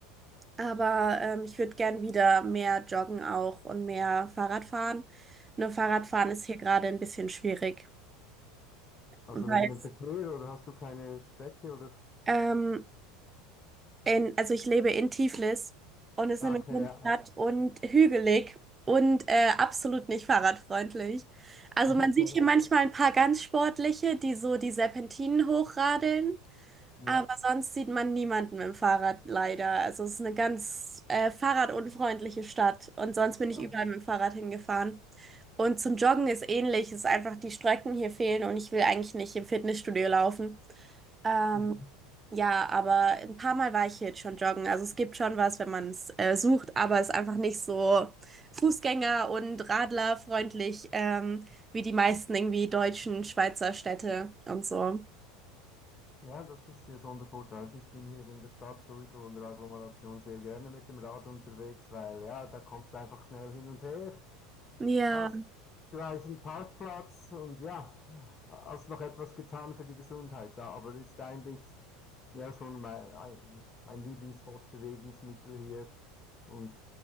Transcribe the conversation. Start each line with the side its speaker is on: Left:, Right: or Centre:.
Right: Aber ähm, ich würde gern wieder mehr joggen auch und mehr Fahrrad fahren. Nur Fahrradfahren ist hier gerade ein bisschen schwierig,
Left: also
Right: weil
Left: wegen dem Verkehr oder hast du keine Strecke oder,
Right: ähm, In, also ich lebe in Tiflis und es ist
Left: Ah,
Right: eine
Left: okay,
Right: Millionenstadt
Left: ja, ja.
Right: und hügelig und äh, absolut nicht fahrradfreundlich. Also
Left: <laughs> okay,
Right: man sieht hier
Left: ja,
Right: manchmal ein paar ganz sportliche, die so die Serpentinen hochradeln,
Left: ja.
Right: aber sonst sieht man niemanden mit dem Fahrrad leider. Also es ist eine ganz äh, fahrradunfreundliche Stadt und sonst bin
Left: Oh,
Right: ich überall mit dem Fahrrad hingefahren. Und zum Joggen ist ähnlich, es ist einfach die Strecken hier fehlen und ich will eigentlich nicht im Fitnessstudio laufen. Ähm,
Left: mhm.
Right: ja, aber ein paar Mal war ich hier jetzt schon joggen. Also es gibt schon was, wenn man es äh, sucht, aber es ist einfach nicht so Fußgänger- und Radlerfreundlich ähm, wie die meisten irgendwie deutschen Schweizer Städte und so.
Left: Ja, das ist hier schon der Vorteil. Also ich bin hier in der Stadt sowieso in der Agglomeration sehr gerne mit dem Rad unterwegs, weil ja, da kommst du einfach schnell hin und her.
Right: Ja.
Left: Hast gleichen Parkplatz und ja, hast noch etwas getan für die Gesundheit da, aber ist eigentlich ja schon mein, ein- mein Lieblingsfortbewegungsmittel hier. Und